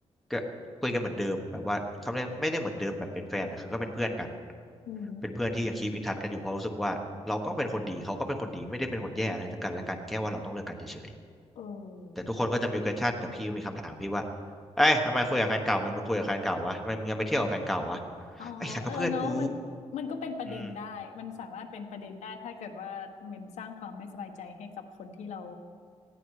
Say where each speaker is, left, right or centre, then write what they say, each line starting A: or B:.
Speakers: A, in the centre; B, on the left.
A: ก็คุยกันเหมือนเดิมแบบว่าเขาเรียกไม่ได้เหมือนเดิมแบบเป็นแฟนนะคือก็เป็นเพื่อนกัน
B: อืม
A: เป็นเพื่อนที่ยังคีปอินทัชกันอยู่เพราะรู้สึกว่าเราก็เป็นคนดีเขาก็เป็นคนดีไม่ได้เป็นคนแย่อะไรทั้งกันและกันแค่ว่าเราต้องเลิกกันเฉย
B: เออ
A: ๆแต่ทุกคนก็จะมี question กับพี่มีคำถามพี่ว่าเอ้ยทำไมคุยกับแฟนเก่าทำไมมึงคุยกับแฟนเก่าวะทำไมมึงยังไปเที่ยวกับแฟนเก่าวะ
B: อ๋อเออเนาะมันมันก็เป็นประเด็นได้มันสามารถเป็นประเด็นได้ถ้าเกิดว่ามันสร้างความไม่สบายใจให้กับคนที่เรา
A: ไอ้สักก็เพื่อนกู อืม